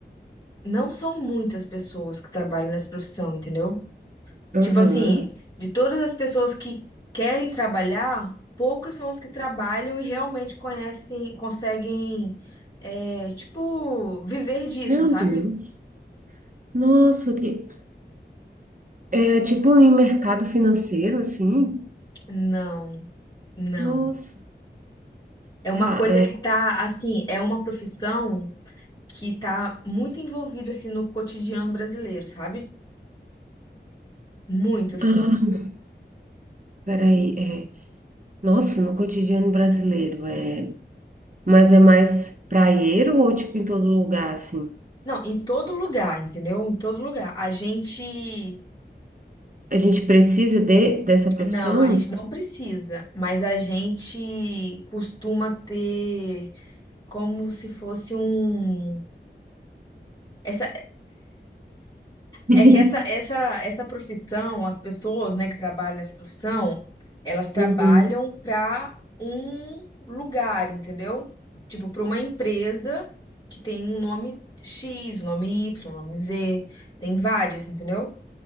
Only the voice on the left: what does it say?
não são muitas pessoas que trabalham nessa profissão, entendeu?
Tipo assim, de todas as pessoas que querem trabalhar, poucas são as que trabalham e realmente conhecem, conseguem, é, tipo, viver disso,
sabe?
Não, não.
É
uma coisa
que tá, assim, é uma profissão que tá muito envolvida, assim, no cotidiano brasileiro, sabe? Muito, assim.
Não, em todo lugar, entendeu? Em todo lugar. A gente.
Não, a gente não precisa, mas a gente costuma ter como se fosse um. Essa,
é que essa, essa, essa profissão, as pessoas, né, que trabalham nessa profissão, elas trabalham
para um lugar, entendeu? Tipo, para uma empresa que tem um nome X, um nome Y, um nome Z, tem vários, entendeu?